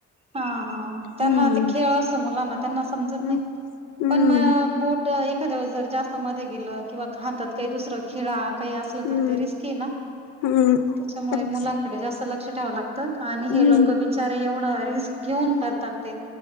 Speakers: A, on the right; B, on the left.
A: हा हा, त्यांना
B: हम्म
A: ते खेळ असत मुलांना, त्यांना समजत
B: हम्म
A: नाही
B: हम्म
A: पण म बोट एखाद्या वेळेस जर जास्त मध्ये गेलं किंवा हातात काही दुसरं खिळा काही असलं तर
B: हम्म
A: ते रिस्की ना?
B: हम्म
A: त्याच्यामुळे
B: परीक्षा
A: मुलांकडे जास्त लक्ष ठेवावं लागतं आणि
B: हम्म
A: हे लोक बी बीचारे एवढं रिस्क घेऊन करतात ते